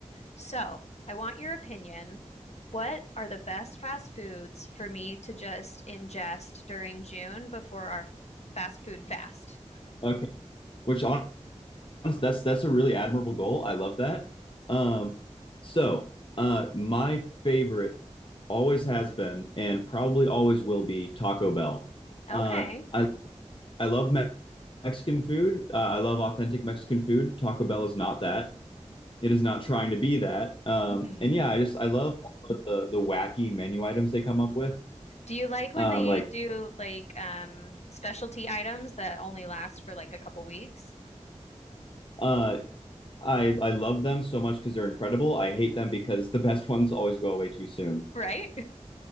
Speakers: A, on the left (about 65°); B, on the left (about 45°).
A: So, I want your opinion. What are the best fast foods for me to just ingest during June before our fast food fast?
B: Okay. Which honest, that's that's a really admirable goal. I love that. Um, so uh, my favorite always has been and probably always will be Taco Bell.
A: Okay.
B: Uh, I I love Me- Mexican food. Uh, I love authentic Mexican food. Taco Bell is not that. It is not trying to be that. Um,
A: Mm-hmm.
B: and yeah, I just I love all of the the wacky menu items they come up with.
A: Do you like when
B: Um,
A: they
B: like.
A: do like um specialty items that only last for like a couple weeks?
B: uh. I I love them so much because they're incredible. I hate them because the <laughs> best ones always go away too soon.
A: Right?